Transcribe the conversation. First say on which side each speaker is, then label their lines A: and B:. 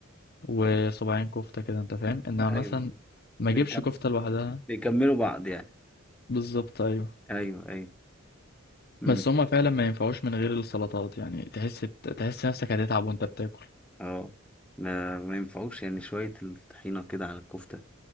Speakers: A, on the left (about 50°); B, in the centre.
A: وصباعين كفتة كده أنت فاهم إنها مثلا
B: ايوه
A: ما أجيبش
B: بيكم...
A: كفتة لوحدها
B: بيكملوا بعض يعني
A: بالظبط أيوه
B: ايوه ايوه امم
A: بس هما فعلا ما ينفعوش من غير السلطات يعني تحس بت- تحس نفسك هتتعب وانت بتاكل
B: اه ما ما ينفعوش يعني شوية الطحينة كده على الكفتة